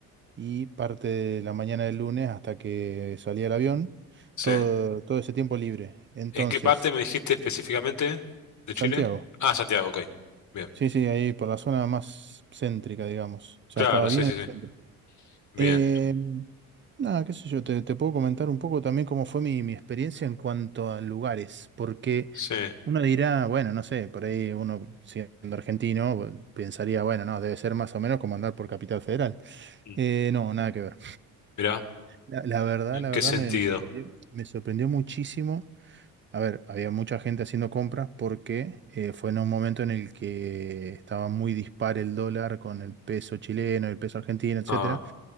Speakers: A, on the right; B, on the left.
A: y parte de la mañana del lunes hasta que salí al avión,
B: sí.
A: todo, todo ese tiempo libre. Entonces,
B: ¿En qué parte me dijiste específicamente de
A: Santiago,
B: Chile? Ah, Santiago, ok. Bien.
A: sí, sí, ahí por la zona más céntrica, digamos, o sea,
B: Claro,
A: estaba
B: sí,
A: bien
B: sí,
A: en
B: sí.
A: el centro.
B: Bien,
A: Eh, nada, qué sé yo, te, te puedo comentar un poco también cómo fue mi, mi experiencia en cuanto a lugares, porque
B: sí.
A: uno dirá, bueno, no sé, por ahí uno siendo argentino pues, pensaría, bueno, no, debe ser más o menos como andar por Capital Federal.
B: Mm.
A: Eh, no, nada que ver.
B: Mirá,
A: La, la verdad,
B: ¿en
A: la
B: qué
A: verdad
B: sentido?
A: me, me sorprendió, me sorprendió muchísimo. A ver, había mucha gente haciendo compras porque eh, fue en un momento en el que estaba muy dispar el dólar con el peso chileno, el peso argentino, etcétera
B: Ah,